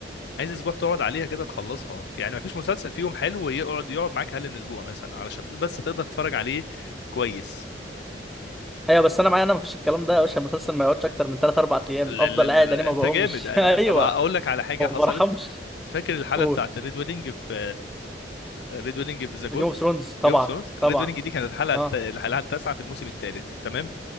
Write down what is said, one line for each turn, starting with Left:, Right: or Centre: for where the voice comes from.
Left: عايزه اسبوع تقعد عليها كده تخلصها يعني ما فيش مسلسل فيهم حلو يقعد يقعد معاك اقل من اسبوع مثلا علشان بس تقدر تتفرج عليه كويس
Centre: ايوه بس انا معايا انا مفيش الكلام ده يا باشا المسلسل ما يقعدش اكتر من 3 4 ايام
Left: لا
Centre: افضل
Left: لا لا
Centre: قاعد
Left: لا
Centre: انا ما
Left: انت
Centre: بقومش
Left: جامد انا
Centre: <laughs> ايوه
Left: طب اقول لك على حاجه
Centre: ما
Left: حصلت
Centre: برحمش
Left: فاكر الحلقه
Centre: قول
Left: بتاعت الريد ويدنج في ريد ويدنج في ذا جوت
Centre: جيم اوف ثرونز طبعا
Left: جيم اوف ثرونز
Centre: طبعا
Left: ريد ويدنج دي كانت الحلقه
Centre: اه
Left: الت- الحلقه التاسعه في الموسم الثالث تمام